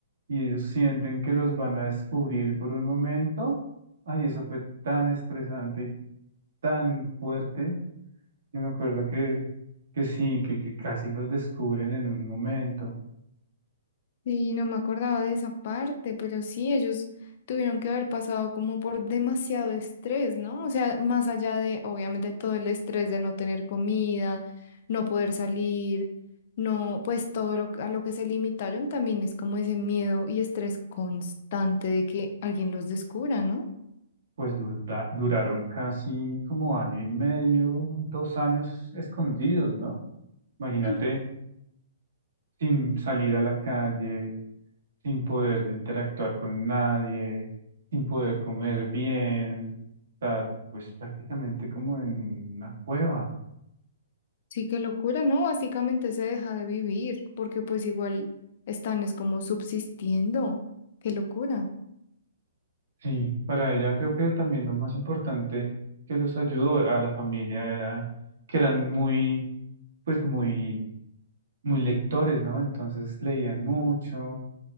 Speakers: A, on the right; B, on the left.
A: y ellos sienten que los van a descubrir por un momento. Ay, eso fue tan estresante y tan fuerte. Y me acuerdo que, que sí, que, que casi los descubren en un momento.
B: Sí, no me acordaba de esa parte, pero sí, ellos tuvieron que haber pasado como por demasiado estrés, ¿no? O sea, más allá de, obviamente, todo el estrés de no tener comida, no poder salir, no, pues todo lo, a lo que se limitaron también es como ese miedo y estrés constante de que alguien los descubra, ¿no?
A: Pues dura- duraron casi como año y medio, dos años escondidos, ¿no? Imagínate,
B: Mm,
A: sin salir a la calle, sin poder interactuar con nadie, sin poder comer bien, estar pues prácticamente como en una cueva.
B: Sí, qué locura, ¿no? Básicamente se deja de vivir porque pues igual están es como subsistiendo, qué locura.
A: Sí, para ella creo que también lo más importante que los ayudó a la familia era que eran muy, pues muy, muy lectores, ¿no? Entonces leían mucho,